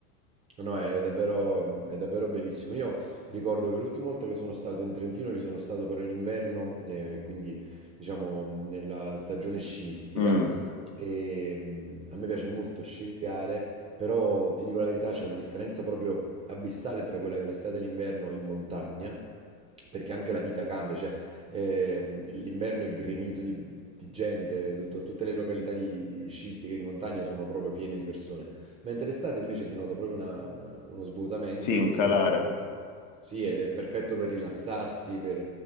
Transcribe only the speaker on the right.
No, è davvero, è davvero bellissimo. Io ricordo che l'ultima volta che sono stato in Trentino ci sono stato però in inverno, eh, quindi diciamo nella stagione sciistica.
E, mm, a me piace molto sciare, però ti dico la verità, c'è una differenza proprio abissale tra quella che è l'estate e l'inverno in montagna, perché anche la vita cambia, cioè ehm, l'inverno è gremito di, di gente, tutto- tutte le località di, di sciistiche di montagna sono proprio piene di persone. Mentre estate invece si nota proprio una- una- uno svuotamento
e
che
secondo me è molto... Sì, ed è perfetto per rilassarsi, per,